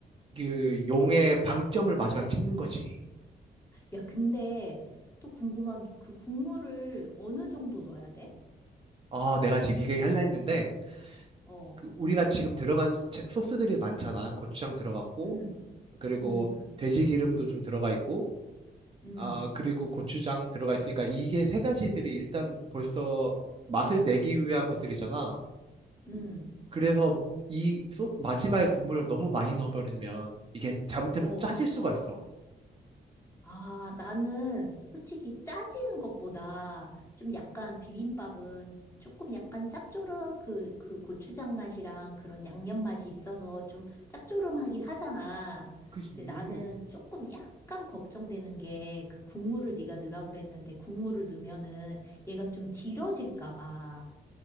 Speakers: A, on the right (about 30°); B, on the left (about 15°).
A: 그 용의 방점을 마지막에 찍는 거지.
B: 야, 근데 또 궁금한 게 그 국물을 어느 정도 넣어야 돼?
A: 아, 내가 지금 이 얘기 할라 했는데,
B: 어,
A: 그 우리가 지금 들어간 제- 소스들이 많잖아. 고추장 들어갔고,
B: 음,
A: 그리고
B: 음,
A: 돼지 기름도 좀 들어가 있고,
B: 음,
A: 아, 그리고 고추장 들어가 있으니까 이게 세 가지들이 일단 벌써 맛을 내기 위한 것들이잖아.
B: 음,
A: 그래서 이 소, 마지막에 국물을 너무 많이 넣어버리면 이게 잘못되면
B: 어.
A: 짜질 수가 있어.
B: 아, 나는 솔직히 짜지는 것보다 좀 약간 비빔밥은 조금 약간 짭조름 그, 그 고추장 맛이랑 그런 양념 맛이 있어서 좀 짭조름하긴 하잖아.
A: 그지.
B: 근데 나는 조금 약간 걱정되는 게 그 국물을 네가 넣으라고 그랬는데 국물을 넣으면은 얘가 좀 질어질까 봐.